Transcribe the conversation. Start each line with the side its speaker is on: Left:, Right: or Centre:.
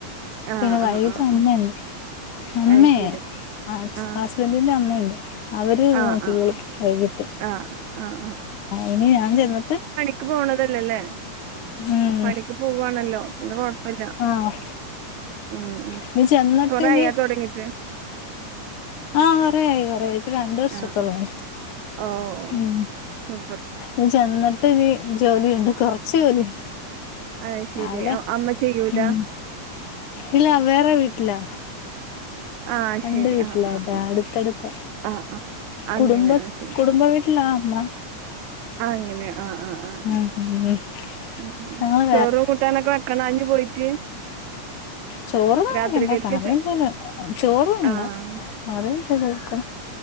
Right: ആഹ്
Left: പിന്നെ വൈകിട്ട്
Right: ആഹ് ആഹ്
Left: അമ്മയണ്ട്
Right: ആഹ്
Left: അമ്മയ
Right: അത് ശരി
Left: <unintelligible>
Right: ആഹ്
Left: ഹസ്ബന്റിന്റെ അമ്മുണ്ട് അവര്
Right: ആഹ്
Left: നോക്കോളു
Right: ആഹ്
Left: വൈകിട്ട്
Right: ആഹ് ആഹ്
Left: ഇനി ഞാൻ ചെന്നിട്ട്
Right: ക്ക് പോണതല്ലല്ലേ
Left: ഉം
Right: പണിക്ക് പോവാവാണല്ലോ പിന്നെ കൊഴപ്പില്ല
Left: ആഹ്
Right: ഉം ഉം
Left: ഇനി ചെന്നിട്ട്
Right: കൊറഅയാ
Left: ഇനി
Right: തുടങ്ങീട്ട്
Left: ആഹ് കുറെയി കുറെയി ഒരു രണ്ടു വർഷത്തോളം
Right: ആഹ് ആഹ്
Left: ആയി
Right: ഓഹ്
Left: ഉം
Right: സൂപ്പർ
Left: അഹ് ചെന്നിട്ടു ജോലിയുണ്ട് കൊറച്ച് ജോലിയുണ്ട്
Right: അത് ശരി
Left: ആല്ലെ
Right: അ- അമ്മ ചെയ്യൂല
Left: ഉം ഇല്ല വേറെ വീട്ടിലാ
Right: ആഹ്
Left: രണ്ട്
Right: ശരി
Left: വീട്ടിലയിട്ടാ
Right: ആഹ് ആഹ് ആഹ്
Left: അടുത്തടുത്ത
Right: ആഹ് ആഹ് ആഹ് അങ്ങനെ
Left: കുടുംബ
Right: ആഹ് ശരി
Left: കുടുംബ
Right: ശരി
Left: വീ വീട്ടില അമ്മ
Right: ആഹ് അങ്ങനെ ആഹ് ആഹ് ആഹ്
Left: ഉം ഉം
Right: ആഹ്
Left: ഞങ്ങള്
Right: ചോറ കൂട്ടാനൊക്കെ കണാഞ്ഞഞ് പോയിട്ട്
Left: ചോറും അങ്ങക്കണ്ടാ
Right: രാത്രികൽക്ക്
Left: കറിയന്തലും
Right: ചെ
Left: ചോറും വേണ്ട
Right: ആഹ്
Left: കറി ചെയ്ത് വെക്കണം